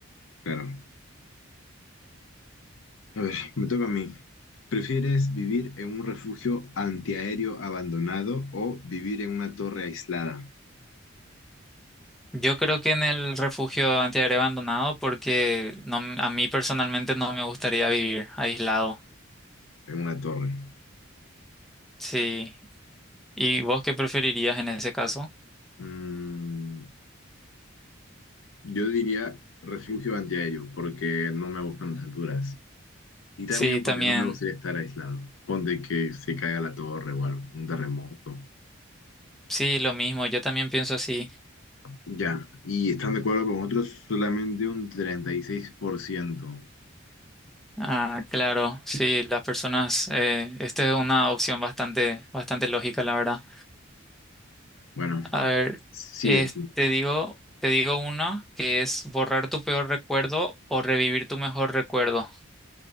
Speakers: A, on the left; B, in the centre.
A: Claro. A ver, me toca a mí. ¿Prefieres vivir en un refugio antiaéreo abandonado o vivir en una torre aislada?
B: Yo creo que en el refugio antiaéreo abandonado porque no, a mí personalmente no me gustaría vivir aislado.
A: En una torre.
B: Sí. ¿Y vos qué preferirías en ese caso?
A: Mm, yo diría refugio antiaéreo porque no me gustan las alturas. Y también
B: Sí, también.
A: porque no me gustaría estar aislado. Ponte que se caiga la torre o algo, un terremoto.
B: Sí, lo mismo. Yo también pienso así.
A: Ya, y están de acuerdo con otros solamente un 36%?
B: Ah, claro. Sí, las personas. Eh, esta es una opción bastante, bastante lógica, la verdad.
A: Bueno,
B: A ver,
A: sí
B: es-
A: es.
B: te digo, te digo una que es borrar tu peor recuerdo o revivir tu mejor recuerdo.